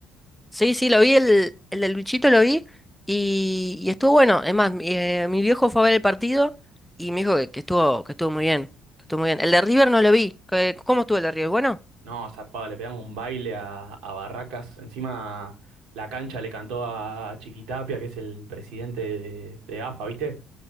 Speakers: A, in the centre; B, on the right (about 75°).
A: Sí, sí, lo vi, el, el de Luchito lo vi y, y estuvo bueno. Es más, mi, eh, mi viejo fue a ver el partido y me dijo que, que estuvo, que estuvo muy bien. Que estuvo muy bien. El de River no lo vi. Eh, ¿Cómo estuvo el de River? Bueno.
B: No, zarpado, le pegamos un baile a, a Barracas. Encima la cancha le cantó a Chiquitapia, que es el presidente de, de AFA, ¿viste?